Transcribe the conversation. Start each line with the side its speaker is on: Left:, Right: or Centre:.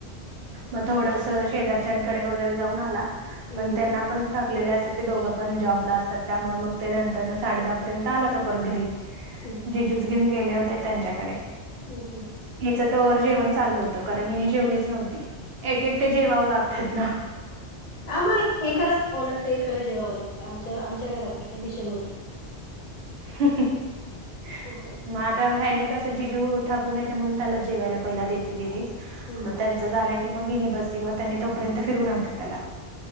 Right: मग थोडस शेजारच्याकडे वगैरे जाऊन आला
Left: हम्म
Right: पण त्यांना पण थकलेले असतात ते दोघं पण जॉब ला असतात त्यामुळे मग ते नंतरन साडे दहा पर्यंत आला तर परत घरी.
Left: हम्म
Right: जिजूस घेऊन गेले होते त्यांच्याकडे
Left: हम् हम्
Right: हिचं तर जेवण चालू होतं कारण हिने जेवलीच नव्हती एक एकटे जेवावं लागतात ना.
Left: आम एकाला जावं लागतं एकाला जेवावं लागतं आमच्या आमच्या घरात ती कंडिशन होती.
Right: ह <inaudible>
Left: हो का
Right: मग आता ह्यानी कसं जिजू थकून येतं म्हणून त्याला जेवायला पहिला देते दिदी
Left: हम्म.
Right: मग त्यां झालं की मग हिणी बसते मग त्यांनी तोपर्यंत फिरून आणते त्याला.